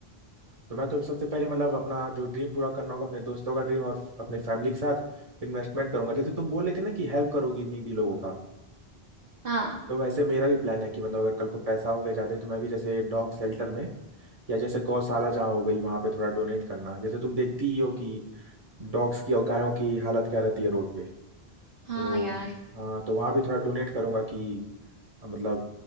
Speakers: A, on the right; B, on the right.
A: तो मैं तो सबसे पहले मतलब अपना जो ड्रीम पूरा करना होगा अपने दोस्तों का ड्रीम और अपने फैमिली के साथ फिर इन्वेस्टमेंट करूंगा जैसे तुम बोल रहे थे ना कि हेल्प करोगी नीडी लोगों का
B: हाँ
A: तो वैसे मेरा भी प्लान है कि मतलब अगर कल को पैसा हो गया जाते तो मैं भी जैसे डॉग शेल्टर में या जैसे गौशाला जहाँ हो गई वहां पे थोड़ा डोनेट करना जैसे तुम देखती ही हो कि डॉग्स की और गायों की हालत क्या रहती है रोड पे
B: हाँ
A: तो
B: यार
A: हाँ तो वहां भी थोड़ा डोनेट करूंगा कि मतलब